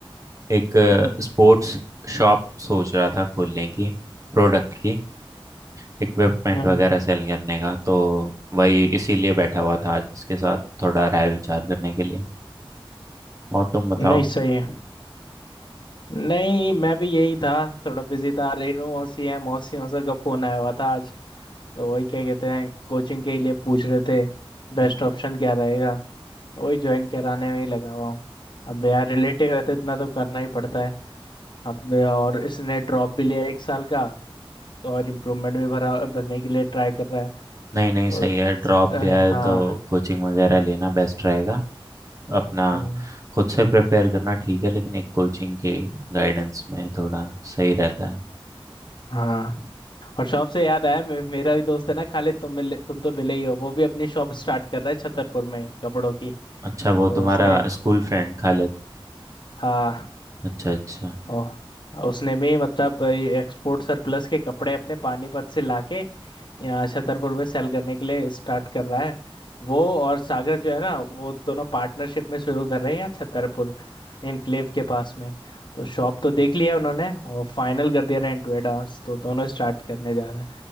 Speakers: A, on the right (about 35°); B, on the left (about 50°).
A: एक स्पोर्ट्स शॉप सोच रहा था खोलने की प्रोडक्ट की इक्विपमेंट
B: हम्म
A: वगैरह सेल करने का तो वही इसीलिए बैठा हुआ था आज इसके साथ थोड़ा राय विचार करने के लिए और तुम बताओ
B: नहीं सही है नहीं मैं भी यही था थोड़ा बिजी था रेनू मौसी है मौसी मौसा का फोन आया हुआ था आज तो वही क्या कहते हैं कोचिंग के लिए पूछ रहे थे बेस्ट
A: हम्म।
B: ऑप्शन क्या रहेगा वही ज्वाइन कराने में ही लगा हुआ हूँ अब यार रिलेटिव है तो इतना तो करना ही पड़ता है अब और इसने ड्रॉप भी लिया एक साल का और इम्प्रूवमेंट भी भरा भरने के लिए ट्राई कर रहा है
A: नहीं
B: तो
A: नहीं सही है ड्रॉप
B: अ,
A: लिया है
B: हाँ
A: तो कोचिंग वगैरह लेना बेस्ट रहेगा अपना
B: हम्म,
A: खुद से प्रिपेयर करना ठीक है लेकिन एक कोचिंग के गाइडेंस में थोड़ा सही रहता है
B: हाँ और शॉप से याद आया मे- मेरा भी दोस्त है ना खालिद तुम मिले तुम तो मिले ही हो वो भी अपनी शॉप स्टार्ट कर रहा है छतरपुर में ही, कपड़ों की
A: अच्छा वो
B: तो
A: तुम्हारा
B: उसने
A: स्कूल फ्रेंड खालिद
B: हाँ
A: अच्छा अच्छा
B: ओ, उसने भी मतलब एक्सपोर्ट सरप्लस के कपड़े अपने पानीपत से लाके यहाँ छतरपुर में सेल करने के लिए स्टार्ट कर रहा है वो और सागर जो है ना वो दोनों पार्टनरशिप में शुरू कर रहे हैं यहाँ छतरपुर इनक्लेव के पास में तो शॉप तो देख लिया उन्होंने और फाइनल कर दिया रेंट टू एडवांस तो दोनों स्टार्ट करने जा रहे हैं